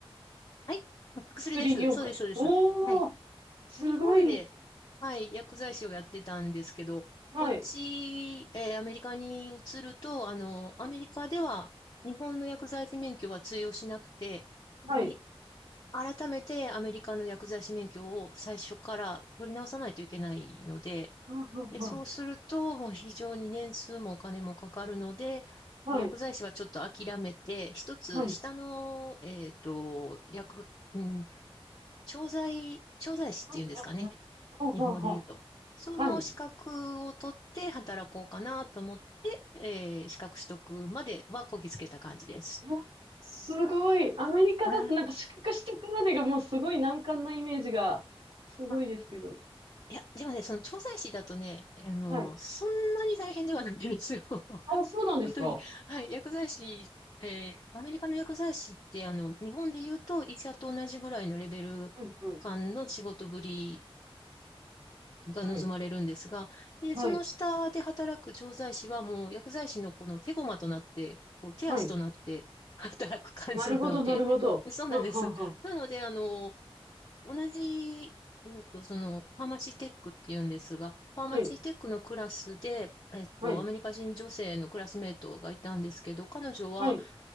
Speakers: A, on the left (about 40°); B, on the right (about 65°).
A: はい。薬です。
B: 薬業界。
A: そうです、そうです。
B: おー、
A: はい。
B: すごい。
A: 日本で、はい、薬剤師をやってたんですけど、
B: はい。
A: こっち、えーアメリカに移ると、あの、アメリカでは日本の薬剤師免許は通用しなくて、に、
B: はい。
A: 改めてアメリカの薬剤師免許を最初から取り直さないといけないので、
B: うんうんうん
A: で、そうすると、もう非常に年数もお金もかかるので、
B: はい。
A: 薬剤師はちょっと諦めて、一つ下の、
B: はい。
A: えっと、薬、うん、調剤、調剤師っていうんですかね。
B: うんうんうんほうほうほう。
A: 日本語で言うと。その資格を取って働こうかなと思って、
B: はい。
A: えー資格取得まではこぎつけた感じです。
B: うんすごい。アメリカだとなんか資格取得までがもうすごい難関なイメージがすごいですけど。
A: ああいや、でもね、その調剤師だとね、あの、
B: はい。
A: そんなに大変ではないんですよ。<laughs>
B: あ、そうなんですか。
A: 本当に。はい、薬剤師、えーアメリカの薬剤師って、あの、日本で言うと医者と同じぐらいのレベル感の仕事ぶり
B: うんうん。
A: が望まれるんですが、
B: はい。
A: で、
B: はい。
A: その下で働く調剤師はもう薬剤師のこの手駒となって、こう手足となって
B: はい。
A: <laughs> 働く感じなので、
B: なるほど、なるほど。
A: そうなんです。
B: はんはんはん。
A: なので、あの、同じ、えっと、その、ファーマシーテックっていうんですが、ファーマシーテックのクラスで、
B: はい。
A: えっと、
B: はい。
A: アメリカ人女性のクラスメートがいたんですけど、彼女は
B: はい。